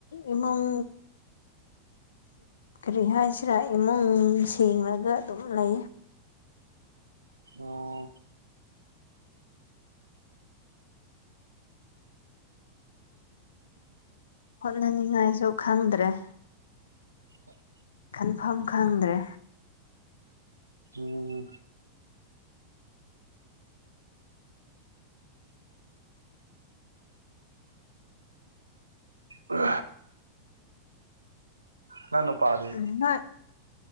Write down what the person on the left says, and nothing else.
ꯏꯃꯨꯡ ꯀꯔꯤ ꯍꯥꯏꯁꯤꯔꯥ ꯏꯃꯨꯡ ꯁꯦꯡꯂꯒ ꯑꯗꯨꯝ ꯂꯩꯌ‌ꯦ
ꯍꯣꯠꯅꯅꯤꯉꯥꯏꯁꯨ ꯈꯪꯗ꯭ꯔꯦ
ꯈꯟꯐꯝ ꯈꯪꯗ꯭ꯔꯦ
ꯅ‌ꯣꯏ